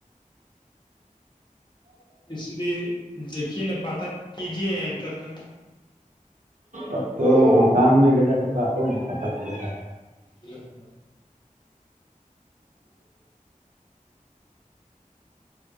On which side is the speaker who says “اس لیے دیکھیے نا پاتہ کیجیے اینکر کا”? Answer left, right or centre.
Left